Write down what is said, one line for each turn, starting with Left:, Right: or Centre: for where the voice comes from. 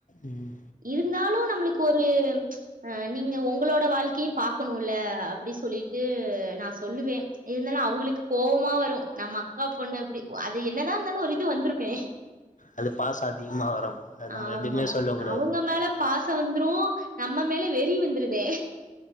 Left: ம்
Right: இருந்தாலு நம்ளுக்கு ஒரு ச்ச் அ நீங்க உங்களோட வாழ்க்கியு பாக்கணுல அப்டி சொல்லிட்டு நா சொல்லுவே இருந்தாலு அவுங்குளுக்கு கோவமா வரு நம்ம அக்கா பொண்ணு அப்டி அது என்னதா இந்தாலு ஒரு இது வந்துருமே
Left: அது பாச அதிகமா வரு அது நம்ம
Right: ஆமா
Left: எதுமே சொல்ல கூடாது
Right: அவுங்க மேல பாசோ வந்துரு நம்ம மேல வெரி வந்துருதே